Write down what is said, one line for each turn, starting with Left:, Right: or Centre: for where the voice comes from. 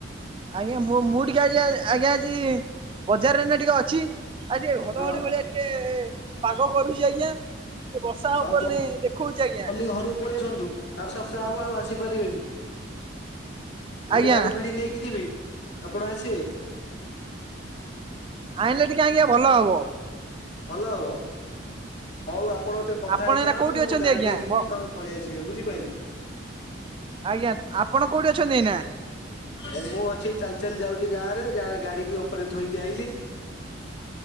Right: ଆଜ୍ଞା ମୁ ମୁଁ ଟିକେ ଆଜି ଆଜ୍ଞା ଆଜି ବଜାରରେ ଟିକେ ଅଛି ଆ ଟିକ ଘଡଘଡି
Left: ହଁ।
Right: ଭଳିଆ ଟିକେ ପାଗ କରୁଛି ଆଜ୍ଞା। ଏ ବର୍ଷା ହବ
Left: ଆଉ
Right: ବୋଲି
Left: ଜଲଦି
Right: ଦେଖଉଛି ଆଜ୍ଞା
Left: ଘରକୁ ପଳେଇ ଆସନ୍ତୁ ସଫ୍ସା ହବ ଆଉ ଆସିପାରିବେନି ନା
Right: ଆଜ୍ଞା
Left: ମୁଁ ଗାଡି ଫାଡି ନେଇକି ଯିବି ଆପଣ ଆସିବେ
Right: ଆଇଁଲେ ଟିକେ ଆଜ୍ଞା ଭଲ ହବ।
Left: ଭଲ ହବ ହଉ ଆପଣ ମତେ କଥା
Right: ଆପଣ
Left: ହେଇସାରନ୍ତୁ
Right: ଏଇନା କୋଉଠି
Left: ମୁଁ
Right: ଅଛନ୍ତି
Left: ଗାଡି
Right: ଆଜ୍ଞା
Left: ନେଇକି
Right: ବ
Left: ଯିବି ତମେ ପଳେଇ ଆସିବେ ବୁଝିପାରିଲେ
Right: ଆଜ୍ଞା ଆପଣ କୋଉଠି ଅଛନ୍ତି ଏଇନା?
Left: ଏ ମୁଁ ଅଛି ଚାଲି ଚାଲି ଯାଉଛି ଗାଁରେ ଗାଡିିକି ଉପରେ ଥୋଇକି ଆଇଲିି।